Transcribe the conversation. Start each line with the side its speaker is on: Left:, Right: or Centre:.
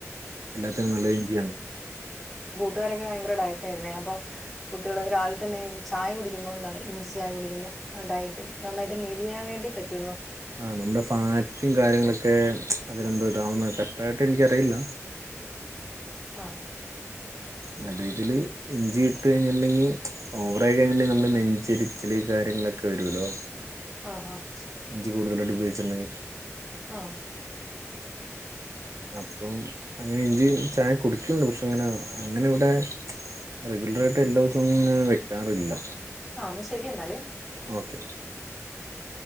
Right: എല്ലാത്തിനും നല്ല രീതിയാണ്
Centre: കുട്ടുകാരൊക്കെ ഭയങ്കര ഡയറ്റായിരുന്നേ അപ്പൊ കുട്ടികൾ ഒരാള തന്നെ ചായ കുടിക്കുമ്പോ എന്താണ് ഇഞ്ചി ചായ കുടിക്കുമ്പോ ആ ഡയറ്റ് നന്നായിട്ട് മെലിയാൻ വേണ്ടി പറ്റുന്നൊ
Right: ആഹ് നമ്മുടെ ഫാറ്റും കാര്യങ്ങളൊക്കെ അതിലെന്തോ ഇതാവുന്നെട്ടേ ടയട്ട് ഇൻക്ക് അറ ഇല്ല
Centre: ആഹ്
Right: നല്ല രീതില് ഇഞ്ചിട്ട് കഴിഞ്ഞിട്ടുണ്ടെങ്കിൽ ഓവറായി കഴിഞ്ഞട്ടുണ്ടെങ്കിൽ നമ്മള് നെഞ്ചരിച്ചല് കാര്യങ്ങളൊക്കെ വരുല്ലോ
Centre: ആഹ് ആഹ്
Right: ഇഞ്ചി കൂടുതൽ അടിപ ച്ചെന്നെ
Centre: ആഹ്
Right: അപ്പം അങ്ങനെ ഇഞ്ചി ചായ കുടിക്കുന്നു പക്ഷെ ഇങ്ങനെ അങ്ങനെ ഇവിടെ റെഗുലർ ആയിട്ട് എല്ലാ വസവും വെക്കാറില്ല
Centre: ആഹ് ശെരി ഇന്നാല്
Right: ഓക്കെ
Centre: ഉം